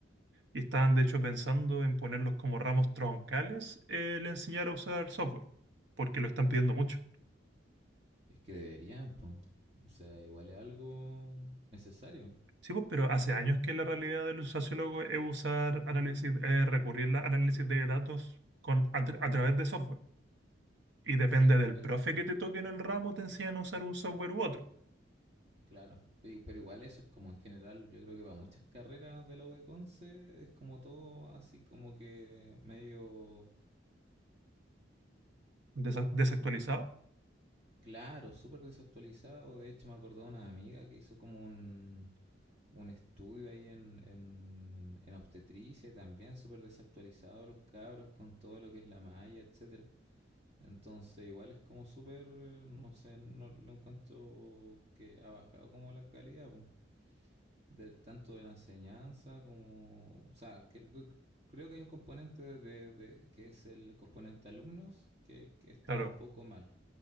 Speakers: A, on the right; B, on the right.
A: Y estaban de hecho pensando en ponerlos como ramos troncales el enseñar a usar software, porque lo están pidiendo mucho.
B: Es que deberían, pues. O sea, igual es algo necesario.
A: Sí, pues, pero hace años que la realidad del sociólogo es usar análisis, eh, recurrir al análisis de datos con, a, tra- a través de software. Y depende
B: Sí, pues,
A: del
B: pero
A: profe que te toque en el ramo, te enseñan a usar un software u otro.
B: claro. Pe- Pero igual eso es como en general, yo creo que para muchas carreras de la U de Conce es como todo así como que medio...
A: Desa- desactualizado.
B: em, Claro, súper desactualizado. De hecho, me acordé de una amiga que hizo como un, un estudio ahí en, en, en obstetricia y también súper desactualizado los cabros con todo lo que es la malla, etcétera. Entonces, igual es como súper, eh, no sé, no lo encuentro que ha bajado como la calidad, po, del, tanto de la enseñanza como, o sea, creo, que creo que hay un componente de, de- que es el componente alumnos que, que está
A: Claro,
B: un poco mal